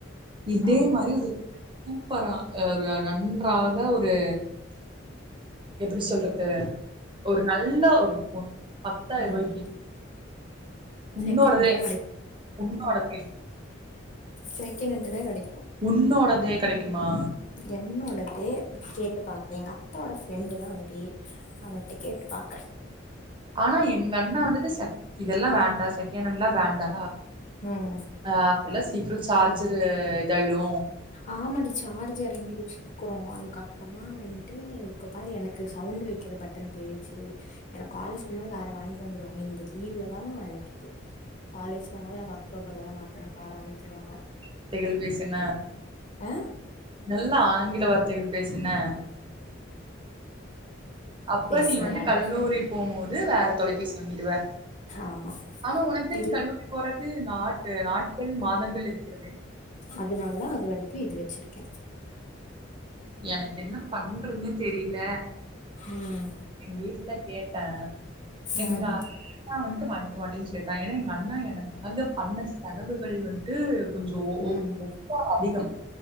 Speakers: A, on the right; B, on the left.
A: இதே
B: ஆமா
A: மாரி ஒரு சூப்பரா அ க நன்றாக ஒரு எப்டி சொல்றது ஒரு நல்ல ஒரு போன் பத்தாயிர
B: ம்
A: ரூவாய்க்கு உன்னோடதே
B: செகண்ட் ஹேண்டு தா
A: உன்னோடதே
B: செகணன்டு தா கடைக்கு
A: உன்னோடதே கடைக்குமா
B: என்னோடதே கேட்டு பாக்குறே எங்க அபத்தாவோட ஃப்ரெண்டு தா அவரு அவர்ட்ட கேட்டு பாக்கற
A: ஆனா எங்க அண்ணா வந்துட்டு செ இதெல்லா வேண்டா செகணட்ண்டு எல்லா வேண்டா
B: ம்
A: ஆ அதெல்லா சீக்கிரோ சார்ஜரு இதாயிடு
B: ஆமாடி சார்ஜ சார்ஜ் எறங்கிரு சீக்கிரோ அதுக்கப்பறமா வன்ட்டு இப்போ பாரு எனக்கு சவுண்ட் வைக்கிற பட்டன் போயிடுச்சு எனக்கு காலேஜ் போம்போது வேற வாங்கி தந்துருவாங்க இந்த லீவ்ல தா எனக்கு இது காலேஜ் போம்போது எனக்கு அக்டோபர்ல தா நா அப்ப எனக்கு வேற வாங்கி தருவாங்க
A: தட்டைகள் வீசுன
B: ஆ
A: நல்லா ஆங்கில வார்த்தைகள் பேசு என்ன அப்ப
B: பேசுவே
A: நீ வந்து
B: நானு
A: கல்லூரி போம்போது வேற தொலைபேசி வாங்கிடுவ
B: ஆமா
A: ஆனா உனக்குதா
B: இது
A: கல்லூரி போறக்கு நாட்டு நாட்கள் மாதங்கள் இருக்கிறதே
B: அதனாலதா அது வரைக்கி இது வச்சிருக்க
A: எனக்கு என்ன பண்றதுனே தெரில
B: ம்
A: வீட்ல கேட்ட எங்க
B: ம்
A: நா வந்துட்டு வாங்தர மாட்டே சொல்லிட்டா ஏன்னா எங்க அண்ண எனக்காக பண்ண செலவுகள் வந்து ட்டு கொஞ்சோ
B: ம்
A: ஒ ஒப்பா அதிகம்